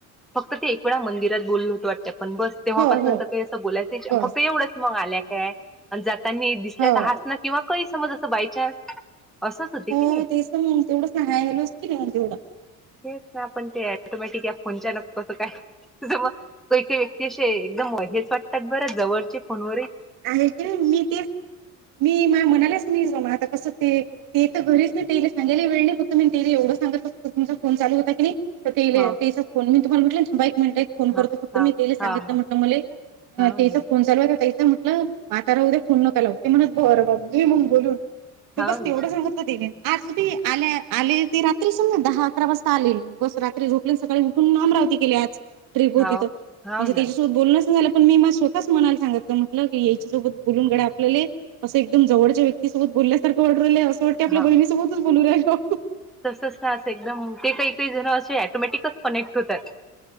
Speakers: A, in the centre; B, on the right.
A: फक्त ते एक वेळा मंदिरात बोलल होतं वाटत पण बस तेव्हापासुन
B: हो हो
A: त्या काही असं बोलायच
B: बस
A: फक्त एवढंच मग आल्या काय जाता दिसल्या
B: हो
A: तर हास ना किंवा काही समज असं बायचान्स असंच होते की
B: हो
A: नाही.
B: तेच मग तेवढं सहाय झालोच तेवढं.
A: तेच ना आपण ते अँटोमॅटिक या फोनच्या न कसं काय. मग काही काही व्यक्ती असे एकदम हेच वाटतात बरं जवळचे फोनवर ही
B: आहे की मी तेच मी मा म्हणालेच मी ज आता कसं ते ते तररीच नाही ते सांगाला वेळ नाही फक्त मी ते एवढं सांगततो तुमचा फोन चालू होता की नाही. तर ते
A: हा
B: तेचा फोन मी तु पण म्हटलं बा एक मिनिट फोन
A: हा
B: करतो फक्त
A: हा
B: मी तिले सांगतो
A: हा हा
B: म्हटलो मले
A: हाव
B: आ तिज
A: ना
B: फोन चालू आहे का ताई म्हटल माला तर उद्या फोन नका लाऊ म्हणत बर बघ म मग बोलून ते
A: हाव
B: बस
A: ना
B: तेवढं सांगत आजी आल्या आले त रात्री समज दहा अकरा वाजता आले बस रात्री झोप सकाळी उठून लाब राव गेली आज ट्रीप होती
A: हाव
B: त म्हणजे
A: हाव ना
B: त्याच्यासोबत बोलणंच नाही झालं पण मी म स्तःच मणाला सांगलं म्हटलं की याच्यासोबत बोलून गड्या आपलेले असं एकदम जवळच्या व्यक्तीसोबत बोलल्यासारखं वाढरलं आहे असं वाटते आपल्या
A: हा
B: बहिणीसोबतच बोलू रायलो
A: तसच ना असं एकदम ते काही काही जण असे अँटोमॅटिकच कनेक्ट होतात.